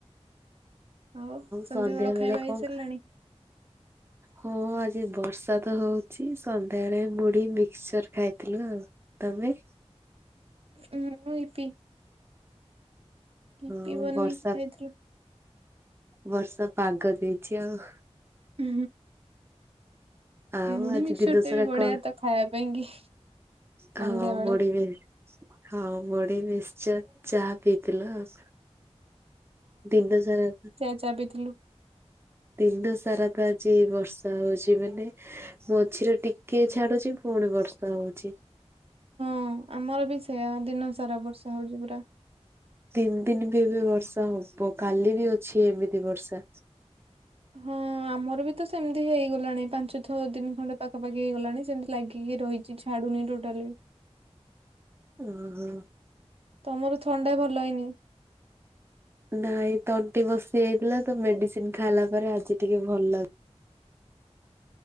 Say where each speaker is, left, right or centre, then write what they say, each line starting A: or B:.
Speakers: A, on the right; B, on the right.
A: ଆଉ ସନ୍ଧ୍ୟାବେଳ
B: ସନ୍ଧ୍ୟା ବେଳେ
A: ଖାଇବା
B: କଣ
A: ହେଇ ସାରିଲାଣି?
B: ଖା ହଁ ଆଜି ବର୍ଷା ତ ହଉଛି ସନ୍ଧ୍ୟାବେଳେ ମୁଢ଼ି, ମିକ୍ସଚର ଖାଇଥିଲୁ ଆଉ। ତମେ।
A: ହୁଁ ମୁଁ ଇପି ଇପି
B: ହଁ
A: ବନେଇକି
B: ବର୍ଷା
A: ଖାଇଥିଲୁ
B: ବର୍ଷା ପାଗ ଦେଇଛି ଆଉ।
A: ହୁଁ
B: ଆଉ
A: ମୁଢି,
B: ଆଜି
A: ମିକ୍ସଚର
B: ଦିନ
A: ଟା
B: ସାରା
A: ବି ବଢିଆ
B: କଣ
A: ତ ଖାଇବା ପାଇଁ କି। ସନ୍ଧ୍ୟା
B: ହଁ
A: ବେଳେ
B: ବଢିବେ ହଁ ମୁଢ଼ି, ମିକ୍ସଚର ଚାହା ପିଇଥିଲୁ ଆଉ। ଦିନ ସାରା
A: ଚାହା ପିଇଥିଲୁ।
B: ଦିନ ସାରା ତ ଆଜି ବର୍ଷା ହଉଛି ମାନେ ମଝିରେ ଟିକେ ଛାଡୁଛି ପୁଣି ବର୍ଷା ହଉଛି।
A: ହଁ ଆମର ବି ସେଇୟା ଦିନ ସାରା ବର୍ଷା ହଉଛି ପୁରା।
B: ତିନି ଦିନ ବି ଏବେ ବର୍ଷା ହବ କାଲି ବି ଅଛି ଏମିତି ବର୍ଷା।
A: ହଁ ଆମର ବି ତ ସେମିତି ହେଇଗଲାଣି ପାଞ୍ଚ ଛଅ ଦିନ ଖଣ୍ଡେ ପାଖାପାଖି ହେଇଗଲାଣି। ସେମିତି ଲାଗିକି ରହିଛି ଛାଡୁନି ଟୋଟାଲି।
B: ଓହୋ।
A: ତମର ଥଣ୍ଡା ଭଲ ହେଇନି।
B: ନାହିଁ ତଣ୍ଟି ବସି ଯାଇଥିଲା ତ ମେଡିସିନ ଖାଇଲା ପରେ ଆଜି ଟିକେ ଭଲ ଲାଗୁ